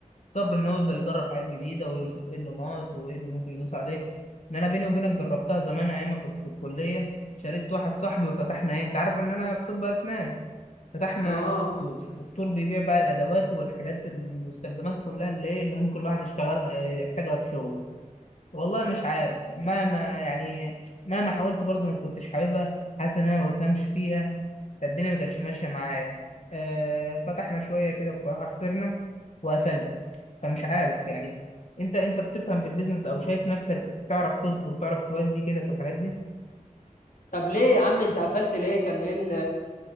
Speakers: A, on the left (about 55°); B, on the left (about 75°).
A: الصبر ان هو يفضل يجرب حاجات جديده ويشوف ايه اللي ناقص وايه اللي ممكن يدوس عليه ان انا بيني وبينك جربتها زمان ايام ما كنت في الكليه شاركت واحد صاحبي وفتحنا ايه انت عارف ان انا في طب اسنان فتحنا
B: اه
A: ستور ستور بيبيع بقى الادوات والحاجات المستلزمات كلها اللي ايه اللي ممكن الواحد يشتغل يحتاجها في شغله والله مش عارف مهما يعني مهما حاولت برضو ما كنتش حاببها حاسس ان انا ما بفهمش فيها فالدنيا ما كانتش ماشيه معايا أه فتحنا شويه كده بصراحه خسرنا وقفلت فمش عارف يعني انت انت بتفهم في البيزنس او شايف نفسك بتعرف تصبر وتعرف تودي كده في الحاجات دي
B: طب ليه يا عم انت قفلت ليه كان ايه ال